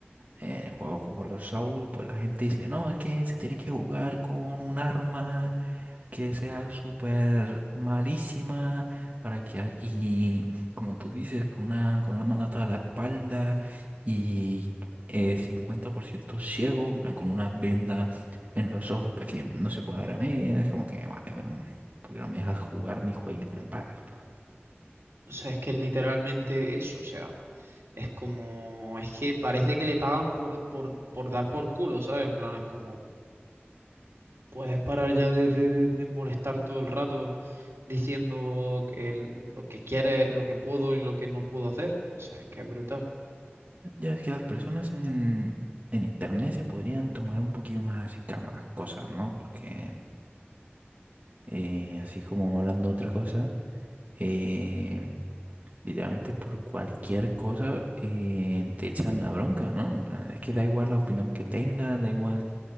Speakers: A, on the right; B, on the right.
A: en juegos como los Souls, pues la gente dice, no, es que se tiene que jugar con un arma que sea súper malísima para que a- y como tú dices con una con una mano atrás de la espalda y eh, 50% ciego en plan, con una venda en los ojos para que no se pueda ver a medias como que vale bro, porque no me dejas jugar mi jueguito en paz
B: O sea, es que es literalmente eso, o sea, es como, es que parece que le pagan por, por, por dar por culo, ¿sabes? En plan, es como, puedes parar ya de, de- de- de molestar todo el rato diciendo que el- lo que quiere lo que puedo y lo que no puedo hacer. O sea, es que es brutal.
A: ya es que las personas en en internet se podrían tomar un poquito más en calma las cosas ¿no? porque eh, así como hablando de otra cosa eh, literalmente por cualquier cosa eh, te echan la bronca, ¿no? En plan, Es que da igual la opinión que tengas, da igual